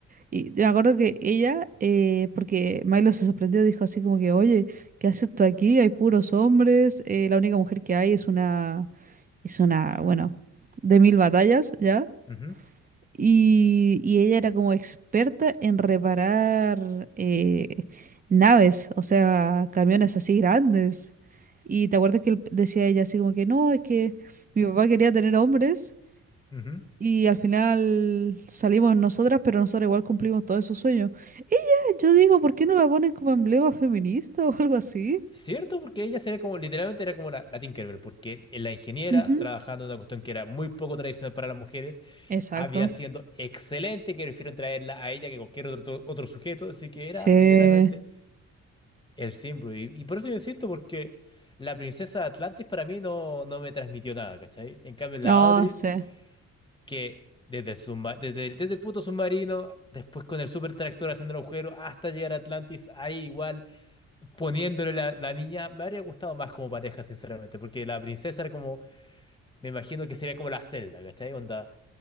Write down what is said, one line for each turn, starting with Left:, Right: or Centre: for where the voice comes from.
Right: Y yo me acuerdo que ella, eh, porque Milo se sorprendió, dijo así como que, oye, ¿qué haces tú aquí? Hay puros hombres, eh, la única mujer que hay es una, es una, bueno, de mil batallas, ¿ya?
Left: Ujú,
Right: Y, y ella era como experta en reparar eh, naves, o sea, camiones así grandes. Y te acuerdas que él- decía ella así como que no, es que mi papá quería tener hombres
Left: ujú.
Right: y al final salimos nosotras, pero nosotras igual cumplimos todos esos sueños. Ella, yo digo, ¿por qué no la ponen como emblema feminista o algo así?
Left: Cierto, porque ella sería como, literalmente era como la, la Tinkerbell, porque el- la ingeniera
Right: Ujú.
Left: trabajando en una cuestión que era muy poco tradicional para las mujeres,
Right: Exacto.
Left: había siendo excelente, que prefirieron traerla a ella que cualquier otro, otro sujeto, así que era
Right: Sí.
Left: literalmente El Simbru. Y, y por eso yo insisto, porque la princesa de Atlantis para mí no, no me transmitió nada, ¿cachai? En cambio, la
Right: Ah,
Left: Audrey,
Right: sí.
Left: que desde el, subma- desde el, desde el puto submarino, después con el super tractor haciendo el agujero, hasta llegar a Atlantis, ahí igual, poniéndole la, la niña, me habría gustado más como pareja, sinceramente, porque la princesa era como, me imagino que sería como la Zelda, ¿cachai? Onda,